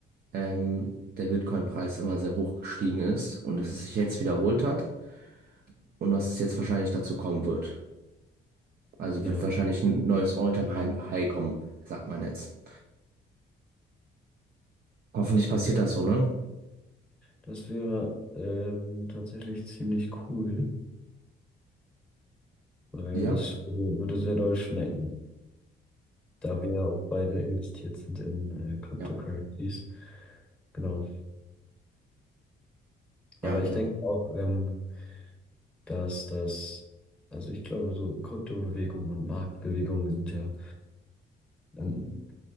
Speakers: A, on the right; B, in the centre.
A: ähm, der Bitcoin-Preis immer sehr hoch gestiegen ist und dass es sich jetzt wiederholt hat und dass es jetzt wahrscheinlich dazu kommen wird. Also
B: Ja.
A: wird wahrscheinlich ein neues All-Time-High kommen, sagt man jetzt. Hoffentlich passiert
B: Ja.
A: das so, ne?
B: Das wäre ähm, tatsächlich ziemlich cool. weil
A: Ja?
B: das würde, würde sehr doll schmecken, da wir ja auch beide investiert sind in äh, Cryptocurrencies.
A: Ja,
B: Genau. Aber
A: ja, genau.
B: ich denke auch, ähm, dass das, also ich glaube, so Kryptobewegungen und Marktbewegungen sind ja, ähm,